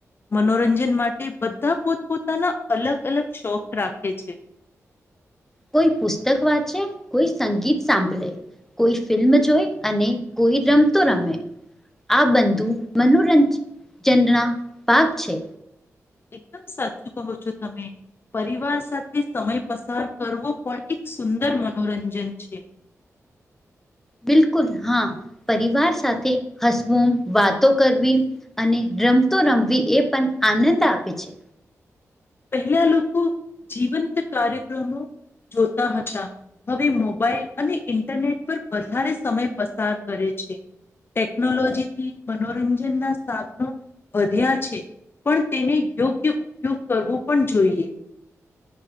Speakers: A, on the left (about 40°); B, in the centre.
A: મનોરંજન માટે. માટે બધા પોતપોતાના અલગ અલગ શોખ રાખે છે.
B: કોઈ પુસ્તક વાંચે કોઈ સંગીત સાંભલે. કોઈ ફિલ્મ જોય અને કોઈ રમતો રમે. આ બંધુ મનોરંજજના પાક છે.
A: એકદમ સાચું કહો છો તમે. પરિવાર સાથે સમય પસાર કરવો પણ એક સુંદર મનોરંજન છે.
B: બિલકુલ હા પરિવાર સાથે હસ. વાતો કરવી અને રમતો રમવી એ પણ આનંદ આપે છે.
A: પહેલા લોકો જીવંત કાર્યક્રમો જોતા હતા હવે મોબાઈલ અને ઇન્ટરનેટ પર વધારે સમય પસાર કરે છે ટેકનોલોજી થી મનોરંજન ના સાધનો વધ્યા છે. પણ તેને યોગ્ય. કરવું પણ જોઈએ.